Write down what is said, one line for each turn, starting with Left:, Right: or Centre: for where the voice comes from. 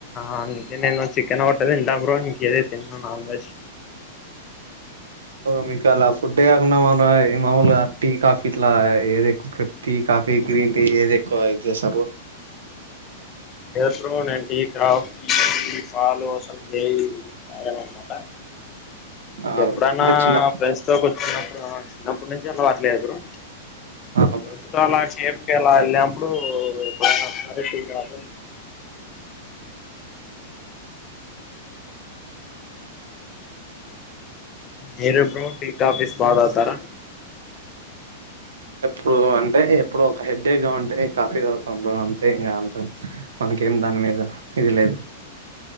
Left: ఆ నిక నేను చికెన్ ఓ టే తింట బ్రో ఇంకేది తిన నాన్ వెెజ్
Right: మీకు అలా ఫుడ్డే కాకుండా మామూల్గా టీ కాఫీ ఇట్లా ఏది ఎక్కువ ప్రి టీ కాఫీ గ్రీన్టీ ఏదేక్కుగా ఇది జేస్తరు
Left: లేదు బ్రో నేను టీ కాఫి పాలు అసలు లేదు తాగన్ అన్నమాట
Right: ఆ
Left: ఎప్పుడన్నా
Right: బ్రో అంటే చిన్న
Left: ప్రెండ్స్తో కూర్చున్నప్పుడు చిన్నప్పటినుంచి అలవాట్లేదు బ్రో
Right: ఆ
Left: ఫ్రెండ్స్
Right: బ్రో
Left: తో ఆలా కేఫ్కలా వెళ్ళినప్పుడు ఎప్పుడైనా ఒకసారి టీ కాఫీ మీరు బ్రో టీ కాఫీస్ బా తాగుతారా
Right: ఎప్పుడు అంటే ఎప్పుడు ఒక హెడ్డేక్గా ఉంటే కాఫీ తాగుతా బ్రో అంతే ఇంకా అంత మన ఇంకేం దాని మీద ఇది లేదు